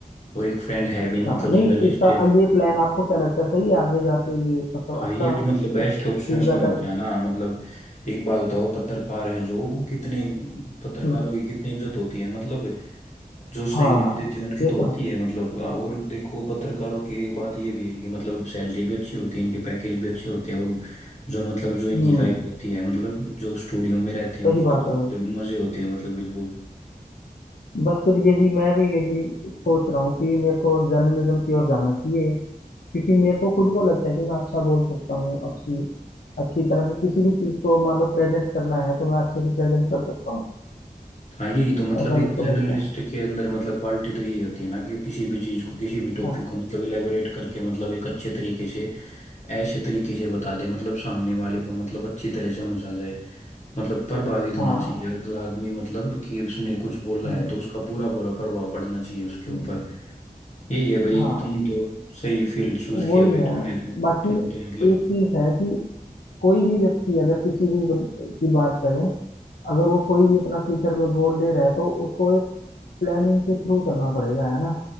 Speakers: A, on the left; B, on the left.
A: और एक फ्रेंड है
B: अच्छा
A: भी मतलब
B: नहीं
A: जर्नलिस्ट
B: इसका ये प्लान आपको क्या लगता है सही है आगे जाके ये मतलब
A: हाँ
B: अच्छा
A: ये तो मतलब बेस्ट
B: फीडबैक
A: ऑप्शंस में होता
B: आएगा
A: है ना मतलब एक बात बताओ पत्रकार है जो वो कितने पत्रकारों
B: हम्म
A: की कितनी इज्जत होती है मतलब जो सही
B: हाँ
A: न्यूज़ देती है उनकी
B: ये
A: तो
B: तो
A: होती
B: है
A: है मतलब और देखो पत्रकारों की एक बात ये भी है कि मतलब सैलरी भी अच्छी होती है इनके पैकेज भी अच्छे होते हैं और जो मतलब जो इनकी
B: हम्म
A: लाइफ होती है मतलब जो स्टूडियो में रहते हैं
B: सही
A: उसके
B: बात
A: तो
B: है भाई
A: मतलब मजे होते हैं मतलब बिल्कुल
B: बस फिर यही मैं भी यही सोच रहा हूँ कि मेरे को जर्नलिज्म की ओर जाना चाहिए क्योंकि मेरे को खुद को लगता है कि मैं अच्छा बोल सकता हूँ अच्छी अच्छी तरह से किसी भी चीज़ को मान लो प्रेजेंट करना है तो मैं अच्छे से प्रेजेंट कर सकता हूँ
A: हाँ यही तो मतलब
B: ऐसा
A: एक
B: मेरे को
A: जर्नलिस्ट
B: लगता है
A: के अंदर मतलब क्वालिटी तो यही होती है ना कि किसी भी चीज़ को किसी भी टॉपिक
B: हाँ
A: को मतलब इलेबोरेट करके मतलब एक अच्छे तरीके से ऐसे तरीके से बता दे मतलब सामने वाले को मतलब अच्छी तरह समझ आ जाए मतलब प्रभावित होना
B: हाँ
A: चाहिए अगला आदमी मतलब कि उसने कुछ बोला
B: हम्म,
A: है तो उसका पूरा पूरा प्रभाव पड़ना चाहिए उसके
B: हम्म,
A: ऊपर यही है भाई
B: हाँ
A: तुम तो सही फील्ड चूज
B: वही
A: किया भाई
B: है
A: तुमने तो
B: बाकी
A: तुम तो मतलब
B: एक चीज है कि कोई भी व्यक्ति अगर किसी भी बन- की बात करें अगर वो कोई भी अपना फ्यूचर में गोल ले रहा है तो उसको एक प्लानिंग के थ्रू चलना पड़ेगा है ना